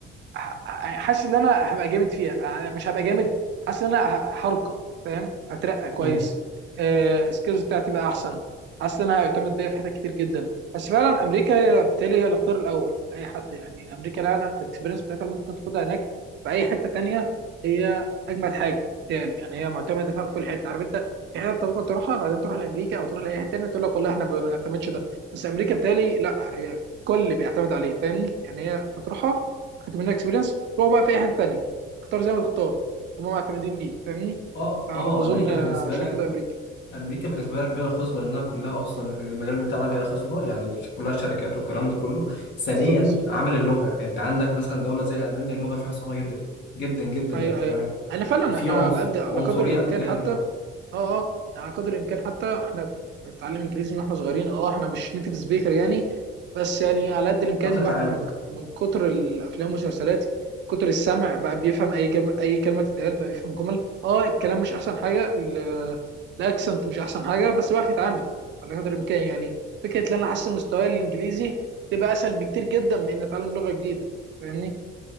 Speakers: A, on the right; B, on the left.
A: ح- حاسس ان انا هبقى جامد فيها يعني مش هبقى جامد حاسس ان انا ه- هرقى فاهم هترقى كويس
B: امم
A: آه، السكيلز بتاعتي بقى احسن حاسس ان انا هيعتمد بيا في حتت كتير جدا بس فعلا امريكا هي- بالتالي هي الاختيار الاول لاي حد يعني امريكا فعلا الاكسبيرينس بتاعتها اللي ممكن تاخدها هناك في اي حته تانيه هي اجمد حاجه بالتالي يعني هي معتمده فيها في كل حته عارف انت في حته أنت ممكن تروحها بعدين تروح لامريكا او تروح لاي حته تانيه تقول لك والله احنا ما بنعتمدش ده بس امريكا بالتالي لا هي كل بيعتمد عليها فاهمني يعني هي انت تروحها خدت منها اكسبيرينس روح بقى في اي حته تانيه اختار زي ما تختار هم معتمدين بيك فاهمني
B: اه
A: فعلى
B: اه
A: ما اظن
B: امريكا
A: آه،
B: بالنسبه
A: عشان
B: لك
A: كده امريكا
B: امريكا بالنسبه لها كبيره خصبه انها كلها اصلا المجال بتاعنا بيئه خصبه يعني كلها شركات والكلام ده كله ثانيا
A: بالظبط
B: عامل اللغه يعني انت عندك مثلا دوله زي المانيا اللغه فيها صعبه جدا جدا جدا
A: ايوه
B: يعني كمان
A: ايوه انا فعلا
B: وفي
A: احنا
B: عنصر
A: على قد على
B: عنصريه
A: قدر الامكان
B: تجاه
A: حتى
B: اللغه
A: اه اه على قدر الامكان حتى احنا بنتعلم انجليزي من احنا صغيرين اه احنا مش نيتيف سبيكر يعني بس يعني على قد الامكان
B: هتعرف
A: الواحد
B: تتعامل
A: من من كتر الافلام والمسلسلات كتر السمع بقى بيفهم اي جم... اي كلمه تتقال بقى بيفهم جمل اه الكلام مش احسن حاجه ال- الاكسنت مش احسن حاجه بس بقى يتعامل على قدر الامكان يعني فكره ان انا احسن مستواي الانجليزي تبقى اسهل بكتير جدا من ان اتعلم لغه جديده فاهمني